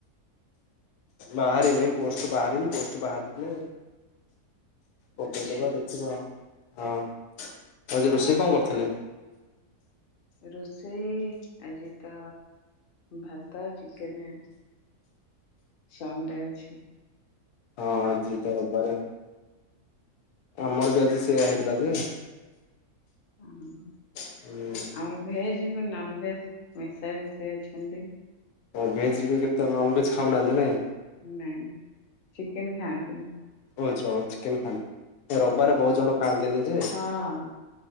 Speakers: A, on the left; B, on the left.
A: ବାହାରି ନି ପୋଷ୍ଟ ବାହାରି ନି ପୋଷ୍ଟ ବାହାରିଲେ। ପକେଇଦବା
B: ଆଛା
A: ଦେଖିବା। ହଁ ଆଜି ରୋଷେଇ କଣ କରିଥିଲେ?
B: ରୋଷେଇ ଆଜି ତ ଭାତ ଚିକେନ ସଣ୍ଡେ ଅଛି।
A: ହଁ ଆଜି ତ ରବିବାରେ। ଆମର ବି ଆଜି ସେଇୟା ହେଇଥିଲା ଯେ।
B: ହଁ।
A: ହୁଁ।
B: ଆମେ ଭେଜ ନନଭେଜ ମିଶା ମିଶି ଅଛନ୍ତି।
A: ଆମେ ଭେଜ୍ ବି କେତେ ନନଭେଜ୍ ଖାଉନାହାନ୍ତି ନାଇଁ।
B: ନାଇଁ ଚିକେନ ଖାଆନ୍ତି ନି।
A: ଓଛ ଚିକେନ୍ ଖାଆନ୍ତି। ରବିବାର ବହୁତ ଜଣ ଖାଆନ୍ତି ନି ଯେ।
B: ହଁ